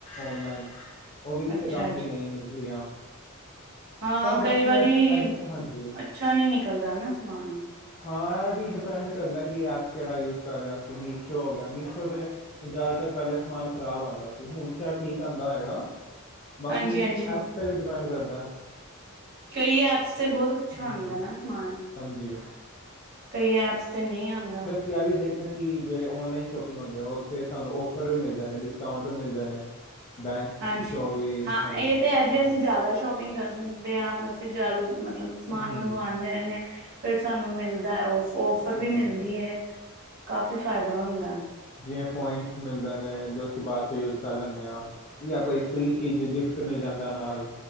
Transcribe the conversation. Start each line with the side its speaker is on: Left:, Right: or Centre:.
Left: ਔਨਲਾਈਨ। ਉਹ ਵੀ ਕਿਸੇ
Right: ਅੱਛਾ ਅੱਛਾ
Left: ਕੰਮ ਦੀ ਨੀ ਨਿਕਲੀਆਂ,
Right: ਹਾਂ
Left: ਤਾਂ ਬਾਕੀਆਂ
Right: ਕਈ ਵਾਰੀ
Left: ਐਡ ਹਾਂਜੀ।
Right: ਅੱਛਾ ਨੀ ਨਿਕਲਦਾ ਨਾ ਸਮਾਨ?
Left: ਹਾਂ ਇਹ ਵੀ ਡਿਪੈਂਡ ਕਰਦਾ ਕਿ ਐਪ ਕਿਹੜਾ ਯੂਜ ਕਰ ਰਿਹੇ ਅਸੀਂ ਮੀਸ਼ੋ ਹੋ ਗਿਆ, ਮੀਸ਼ੋ ਤੇ ਜ਼ਿਆਦਾਤਰ ਪਹਿਲੇ ਸਮਾਨ ਖ਼ਰਾਬ ਆਦਾ ਸੀ, ਹੁਣ ਸ਼ਾਇਦ ਠੀਕ ਆਦਾ ਹੈਗਾ। ਬਾਕੀ
Right: ਹਾਂਜੀ ਹਾਂਜੀ
Left: ਐਪ ਤੇ ਵੀ ਡਿਪੈਂਡ ਕਰਦਾ।
Right: ਕਈ ਐਪਸ ਤੇ ਬਹੁਤ ਅੱਛਾ
Left: ਹੂੰ
Right: ਆਂਦਾ ਆ ਨਾ ਸਮਾਨ।
Left: ਹਾਂਜੀ
Right: ਕਈ ਐਪਸ ਤੇ ਨੀ ਆਂਦਾ।
Left: ਤੇ ਇਹ ਵੀ ਦੇਖਿਆ ਕੀ ਜਿਹੜੇ ਔਨਲਾਈਨ ਸ਼ੋਪਿੰਗ ਹੁੰਦੇ ਆ, ਉੱਥੇ ਸਾਨੂੰ ਔਫਰ ਵੀ ਮਿਲਦੇ ਨੇ, ਡਿਸਕਾਊਂਟ ਵੀ ਮਿਲਦੇ ਨੇ ਬੈਂਕ
Right: ਹਾਂਜੀ।
Left: ਚੋਂ ਵੀ
Right: ਹਾਂ
Left: ਹਾਂਜੀ-ਹਾਂਜੀ।
Right: ਇਹ ਤੇ ਹੈ ਜੇ ਅਸੀਂ ਜ਼ਿਆਦਾ ਸ਼ੋਪਿੰਗ ਕਰਦੇ ਹਾਂ ਅਸੀਂ ਜਲ, ਮਤਲਬ ਸਮਾਨ
Left: ਹੂੰ
Right: ਮੰਗਵਾਂਦੇ ਰਹਿੰਨੇ ਆਂ। ਫਿਰ ਸਾਨੂੰ ਮਿਲਦਾ ਔਫ-ਔਫਰ ਵੀ
Left: ਹੂੰ
Right: ਮਿਲਦੀ ਏ, ਕਾਫੀ ਫਾਇਦਾ ਹੁੰਦਾ।
Left: ਜਵੇ ਪੁਆਇੰਟਸ ਮਿਲਦੇ ਨੇ, ਜੋ ਅਸੀਂ ਬਾਅਚੋ ਯੂਜ਼ ਕਰ ਲੈਂਦੇ ਹਾਂ। ਜਾਂ ਕੋਈ ਫ੍ਰੀ ਚੀਜ਼, ਗਿਫਟ ਮਿਲ ਜਾਂਦਾ ਨਾਲ।